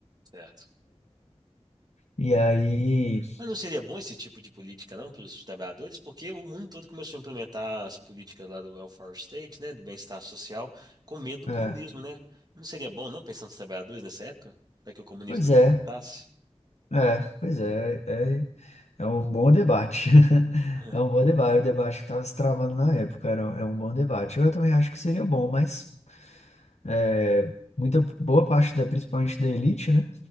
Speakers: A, on the right; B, on the left.
A: Certo.
B: E aí,
A: Mas não seria bom esse tipo de política, não, para os trabalhadores? Porque o mundo todo começou a implementar as políticas lá do welfare state, né, do bem-estar social, com medo do
B: é,
A: comunismo, né? Não seria bom, não, pensando nos trabalhadores nessa época, para que o comunismo
B: pois
A: não implementasse?
B: é. É, pois é, é, é um bom debate. <laughs>
A: <laughs>
B: É um bom debate. O debate que estava se travando na época era, é um bom debate. Eu também acho que seria bom, mas é, muita boa parte da, principalmente da elite, né,